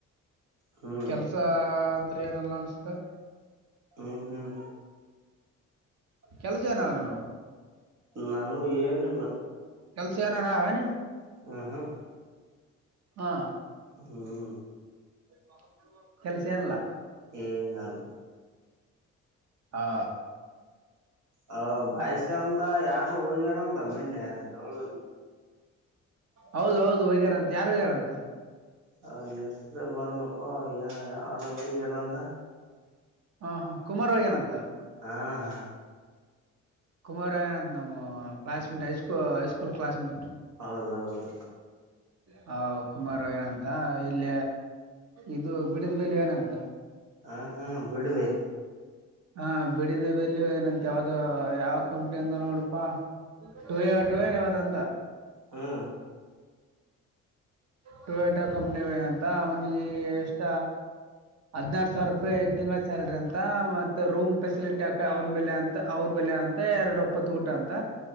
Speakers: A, on the right; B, on the right.
A: ಹ್ಮ್
B: ಕೆಲಸ ಅತ್್ರ ಏನೆಲ್ಲ ಅನ್ಸತೆ
A: ಹ್ಮ್ ಹ್ಮ್
B: ಕೆಲಸ ಏನ ನಾನು
A: ನಾನು ಏನಿಲ್ಲ
B: ಕಲ್ಸಿಯನ ನಾನ
A: ಆ ಹಾ
B: ಹಾ
A: ಹ್ಮ್
B: ಬಹ ಕೆಲ್ಸ ಏನಿಲ್ಲ
A: ಏ ನಲ್
B: ಹಾ
A: ಹ ಬಾಯ್ಸ ಅಂದ ಯಾರು ಹೋಗಗ್ಯಾರಂದ ಮನ್ನೆ ಬೆಂಗಳೂರಿ
B: ಹೌದು ಹೌದು ವೇಗ್ಯಾರ ಅಂತ ಯಾರು ವೇಗ್ಯಾರ ಅಂತ
A: ಹ ನೆಸ್್ರ ಬರ್ಲಪ್ಪ ಆಡವ ಯಾರ ಅಂದ
B: ಹಾ ಹಾ ಕುಮಾರ್ ಹಳಿ ಏನಂತ
A: ಹಾ ಹಾ
B: ಕುಮಾರ ಏನಂತ ನಮ್ಮ ಕ್ಲಾಸ್ೆಂಟ್ ಹೈಸ್ಕೂ ಹೈಸ್ಕೂಲ್ ಕ್ಲಾಸ್ಮೆಂಟ್
A: ಹೌದೌದು
B: ಹ ಕುಮಾರು ಏನಂತ ಇಲ್ಲ ಇದು ಬಿಡಿದ ಬೆೇಲೆ ಏನಂತ
A: ಹ ಹಾ ಬಿಡಿದೆ
B: ಹಾ ಬಿಡಿದೀವಿ ಎಲ್ಲಿನಂತ ಯಾವ್ದ ಯಾವ ಕಂಪ್ನಿ ಅಂದ ನೋಡಪಾ ಟು ಯ ಟು ನ್ ಯಾವದ ಅಂದ
A: ಹಾ
B: ಟೊಯ್ಯಾಟೋ ಕಂಪನಿ ಏನಂತ ಅವನಿಗೆ ಎಷ್ಟ ಹದ್ನಾರು ಸಾವಿರ ರೂಪಾಯಿ ತಿಂಗಳ ಸ್ಯಾಲ್ರಿ ಅಂತ ಮತ್ತೆ ರೂಮ್ ಫೆಸಿಲಿಟಿ ಆ ಅವನ ಬೆಲೆ ಅಂತ ಅವ್ರ ಬೆಲೆ ಅಂತ ಎರಡು ಒಪ್ಪತ್ತು ಊಟ ಅಂತ